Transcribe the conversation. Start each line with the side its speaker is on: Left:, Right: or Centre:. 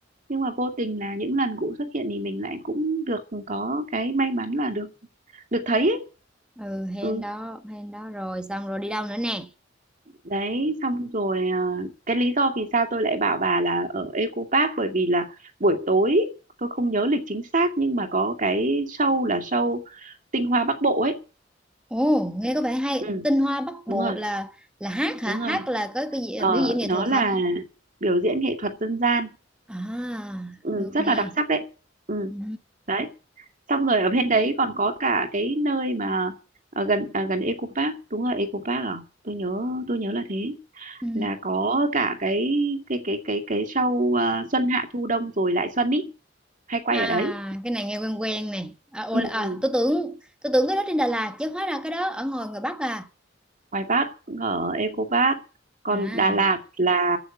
Right: nhưng mà vô tình là những lần cụ xuất hiện thì mình lại cũng được có cái may mắn là được được thấy ấy.
Centre: ừ hên
Right: ừ
Centre: đó hên đó rồi xong rồi đi đâu nữa nè
Right: đấy xong rồi à, cái lý do vì sao tôi lại bảo bà là ở Eco Park bởi vì là buổi tối tôi không nhớ lịch chính xác nhưng mà có cái show là show tinh hoa Bắc Bộ ấy
Centre: ồ nghe có vẻ hay
Right: ừ
Centre: tinh hoa bắc bộ
Right: đúng rồi
Centre: là là hát hả
Right: đúng
Centre: hát
Right: rồi
Centre: là có cái gì,
Right: ờ
Centre: biểu diễn nghệ
Right: nó
Centre: thuật
Right: là
Centre: hả
Right: biểu diễn nghệ thuật dân gian
Centre: à
Right: ừ,
Centre: được
Right: rất
Centre: nè
Right: là đặc sắc đấy ừ
Centre: ừ,
Right: đấy xong rồi ở bên đấy còn có cả cái nơi mà ở gần à, gần Eco Park đúng rồi Eco Park à tôi nhớ tôi nhớ là thế
Centre: ừ.
Right: là có cả cái cái cái cái cái show à, xuân hạ thu đông rồi lại xuân ý hay quay
Centre: à
Right: ở đấy
Centre: cái này nghe quen quen nè à, ồ,
Right: ừ,
Centre: à
Right: ừ.
Centre: tôi tưởng tôi tưởng cái đó trên Đà Lạt chứ hóa ra cái đó ở ngoài ngoài Bắc à
Right: ngoài Park cũng ở Eco Park còn
Centre: à
Right: Đà Lạt là